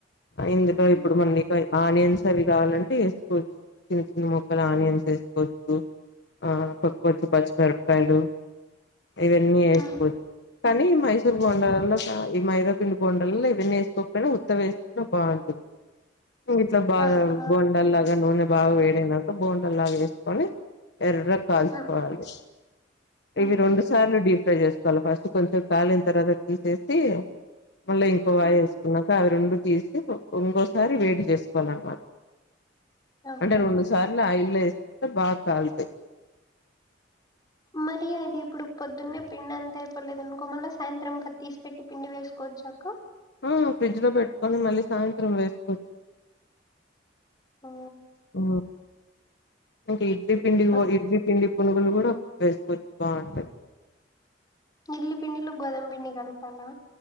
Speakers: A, on the left; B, on the left.
A: ఆ ఇందుక
B: హ్మ్.
A: ఇప్పుడు మని పై ఆనియన్స్ అవి కావాలంటే ఏసుకోవచ్చు చిన్న చిన్న ముక్కలు ఆనియన్స్ ఏసుకోవచ్చు ఆ పప్పు కొచ్చే పచ్చి మిరపకాయలు ఇవన్నీ ఏసుకోవ
B: హ్మ్.
A: కానీ మైసూరు బోండలల్లో ఈ మైదాపిండి బోండలల్లో ఇవన్నీ ఏసుకోకపోయినా కొత్తవి ఏసుకున్న బాగుంటుంది ఇంగిట్లా బాగా
B: ఆ! అక్క.
A: బోండల్లగా నూనే బాగా వేడైనాక బోండల్లాగా ఏసుకొని ఎర్ర కాల్చుకోవాలి
B: హ్మ్. హుహు.
A: ఇవి రెండు సార్లు డీ ఫ్రై చేసు కోవల ఫస్ట్ కొంసేపు కాలిన తర్వాత తీసేసి మళ్ళా ఇంకో వాయి
B: హ్మ్.
A: ఏసుకున్నాక అవి రెండు తీసి ఇంకోసారి వేడి చేసుకోవాలన్నమాట
B: ఓహో!
A: అంటే రెండు సార్లు ఆయిల్ ఏసుకుంటే బాగా కాలుతాయి
B: మరి అది ఇప్పుడు పొద్దున్నే పిండి అంతా అయిపోలేదు అనుకో మళ్ళా సాయంత్రంకి అది తీసి పెట్టి పిండి వేసుకోవచ్చా అక్క
A: ఆ ఫ్రిడ్జ్‌లో పెట్టుకొని మళ్ళీ సాయంత్రం వేసుకోవ
B: ఆ,
A: ఆ ఇంకా ఇడ్లీ పిండి
B: పొద్-
A: ఇడ్లీ పిండి పునుగులు కూడా వేసుకోవచ్చు బాగుంటాయి
B: ఇడ్లీ పిండిలో గోధుమ పిండి కలపాలా